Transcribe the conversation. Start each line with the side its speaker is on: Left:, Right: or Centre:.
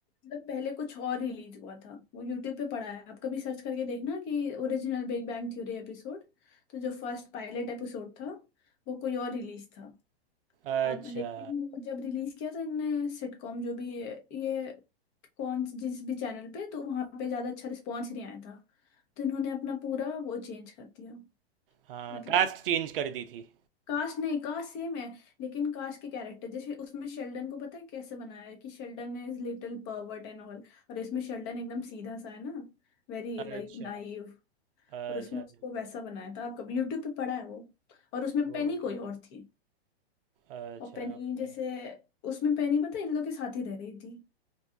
Left: मतलब पहले कुछ और रिलीज हुआ था वो यूट्यूब पे पड़ा है आप कभी सर्च करके देखना कि original big bang theory episode तो जो फर्स्ट पायलट एपिसोड था वो कोई और रिलीज था
Right: अच्छा
Left: अब लेकिन वो जब रिलीज किया तो इनने सिटकॉम जो भी ये कौन जिस भी चैनल पे तो वहां पे ज्यादा अच्छा रिस्पॉन्स नहीं आया था तो इन्होंने अपना पूरा वो चेंज कर दिया
Right: हाँ
Left: मतलब
Right: कास्ट चेंज कर दी थी
Left: काश नहीं काश सेम है लेकिन काश के कैरेक्टर जैसे उसमें शेल्डन को पता है कैसे बनाया है कि Sheldon is little pervert and all और इसमें शेल्डन एकदम सीधा सा है ना वेरी
Right: अच्छा
Left: लाइक नाइव
Right: अच्छा
Left: और उसमें उसको वैसा बनाया था आप कभी यूट्यूब पे पढ़ा है वो और उसमें पेनी
Right: ओके
Left: कोई और थी
Right: अच्छा
Left: और पेनी
Right: ओके
Left: जैसे उसमें पेनी पता है इन लोग के साथ ही रह रही थी